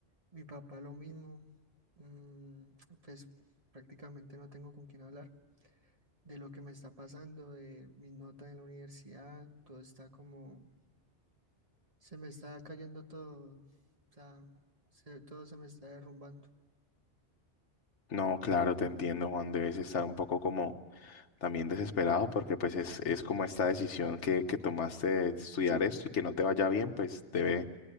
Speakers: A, on the right; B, on the left.
A: Mi papá lo mismo, mm, pues prácticamente no tengo con quién hablar de lo que me está pasando, de mis notas en la universidad, todo está como, se me está cayendo todo, o sea, se- todo se me está derrumbando.
B: No, claro, te entiendo, Juan. Debes estar un poco como también desesperado porque pues es, es como esta decisión que, que tomaste de estudiar esto y que no te vaya bien, pues debe